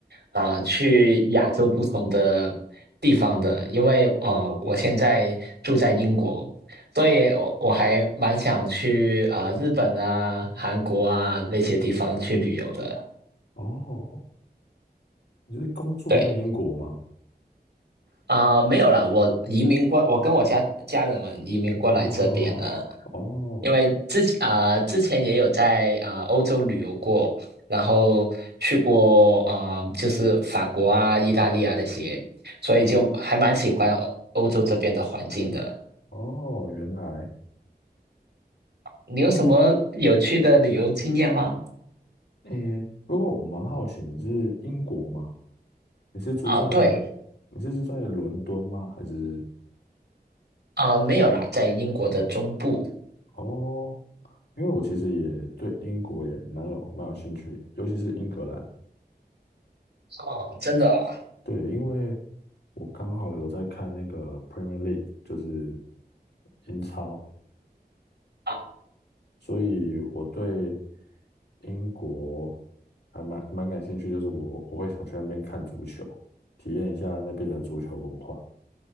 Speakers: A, on the right; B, on the left.
A: 啊、呃去亚洲不同的地方的，因为啊我现在住在英国，所以我我还蛮想去啊、呃日本啊、韩国啊那些地方去旅游的。
B: 哦，你是工作在英国吗？
A: 对，啊、没有啦，我移民过，我跟我家家人们移民过来这边了，
B: 哦哦
A: 因为之前啊、呃之前也有在啊、呃欧洲旅游过，然后去过啊、呃就是法国啊、意大利啊那些，所以就还蛮喜欢欧欧洲这边的环境的。
B: 哦，原来
A: 你有什么有趣的旅游经验吗？
B: 那诶，不过我蛮好奇，你是英国吗？你是住在你是住在伦敦吗？
A: 啊，对
B: 还是
A: 啊、没有啦，在英国的中部
B: 哦？因为我其实也对英国也蛮有蛮有兴趣，尤其是英格兰。
A: 哦，真的
B: 对，因为我刚好有在看那个 Premier League，就是英超，
A: 啊。
B: 所以我对英国还蛮蛮感兴趣，就是我我会想去那边看足球，体验一下那边的足球文化。